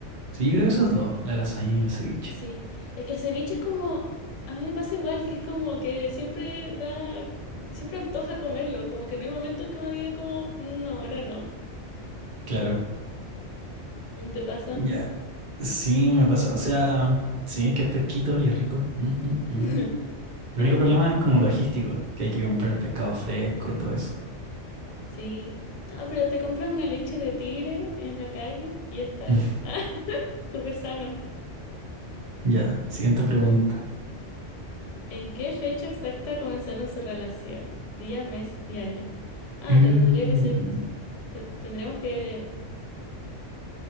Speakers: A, on the right; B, on the left.
A: sí, yo creo que esos dos, la lasaña y el ceviche.
B: Sí. Es que el ceviche es como, a mí me pasa igual, que es como que siempre da, siempre antoja comerlo, como que no hay momento que uno diga como, no, ahora no.
A: Claro.
B: ¿No te pasa?
A: Ya. Sí, me pasa. O sea, sí, es que es fresquito y es rico. Mm, mm, mm.
B: <laughs>
A: El
B: Ujú,
A: único problema es como logístico, que hay que comprar el pescado fresco y todo eso.
B: Sí. No, pero te compras una leche de tigre en la calle y ya está
A: <laughs>
B: ahí. <laughs> Ah, súper sano.
A: Ya, siguiente pregunta.
B: ¿En qué fecha exacta comenzaron su relación? Día, mes y año. Ah,
A: Uh,
B: pero tendría que ser, te- tendríamos que,